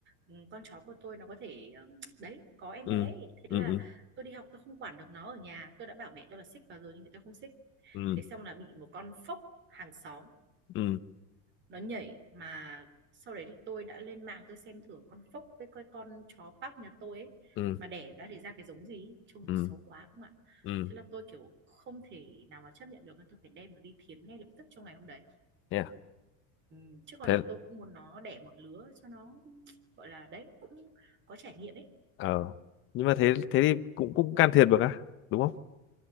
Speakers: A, on the right; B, on the left.
A: ừ, con chó của tôi nó có thể... ờ, đấy, có em
B: Ừ.
A: bé ấy. Thế
B: Ừ.
A: là
B: Ừ.
A: tôi đi học tôi không quản được nó ở nhà. Tôi đã bảo mẹ tôi là xích vào rồi nhưng mẹ tôi không xích.
B: Ừ.
A: Thế xong là bị một con phốc hàng xóm
B: Ừ.
A: nó nhảy mà sau đấy thì tôi đã lên mạng tôi xem thử con phốc với cái con chó Park nhà tôi ấy
B: Ừ.
A: mà đẻ ra thì ra cái giống gì ấy. trông nó
B: Ừ.
A: xấu quá không ạ
B: Ừ.
A: thế là tôi kiểu không thể nào mà chấp nhận được tôi phải đem nó đi thiến ngay lập tức trong ngày hôm đấy
B: Yeah.
A: ừ, chứ còn
B: Thế
A: là tôi cũng muốn nó đẻ một lứa cho nó gọi là đấy cũng có trải nghiệm ấy
B: ờ nhưng mà thế thế thì cũng cũng can thiệp được á, đúng không?